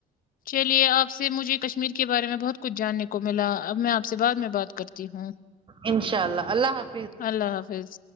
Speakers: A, on the left; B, on the right.
A: چلیے آپ سے مجھے کشمیر کے بارے میں بہت کچھ جاننے کو ملا اب میں آپ سے بعد میں بات کرتی ہوں
B: انشاء اللہ اللہ حاف
A: اللہ حافظ